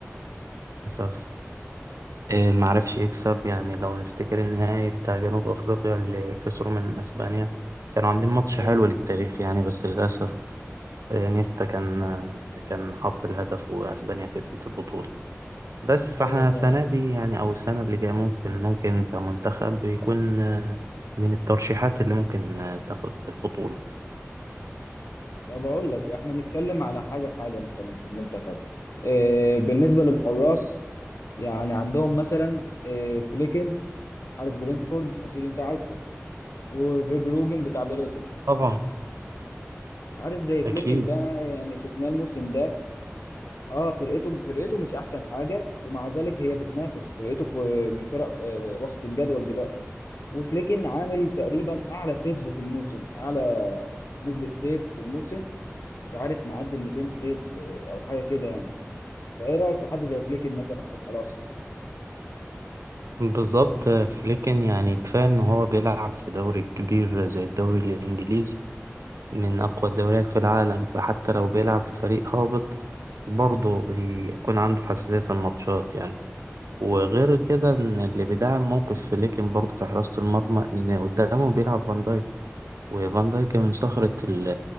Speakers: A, on the right; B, on the left.
A: للأسف آه، معرفش يكسب يعني لو نفتكر النهائي بتاع جنوب أفريقيا اللي خسروا من أسبانيا كانوا عاملين ماتش
B: ايوه
A: حلو للتاريخ يعني بس للأسف آه، نيستا كان كان حط الهدف وأسبانيا كسبت البطولة بس فاحنا
B: ايوه فعلا
A: السنة دي يعني أو السنة اللي جاية ممكن ممكن كمنتخب يكون آه، من الترشيحات اللي ممكن آه، تاخد البطولة
B: طب اقول لك احنا نتكلم على حاجة حاجة مثلا في المنتخب إيه بالنسبة للحراس يعني عندهم مثلا إيه فليكن حارس برينتفورد اكيد انت عارفه وفيبروجن بتاع بريتون
A: طبعا
B: حارس زي فليكن
A: أكيد
B: ده يعني شفناه الموسم ده اه فرقته فرقته مش احسن حاجه ومع ذلك هي بتنافس فرقته في من فرق آه، وسط الجدول دلوقتي وفليكن عامل تقريبا اعلى سيفز في الموسم اعلى نسبه سيف في الموسم مش عارف معدي ال 200 سيف آه، او حاجه كده يعني فايه رايك في حد زي فليكن مثلا في الحراسه
A: بالظبط آه، فليكن يعني كفاية إن هو بيلعب في دوري كبير زي الدوري الإنجليزي من أقوى الدوريات في العالم فحتى لو بيلعب في فريق هابط برضه يكون عنده حساسية الماتشات يعني وغير كده إن اللي بيدعم موقف فليكن برضه في حراسة المرمى إن قدامه بيلعب فان دايك وفان دايك من صخرة ال-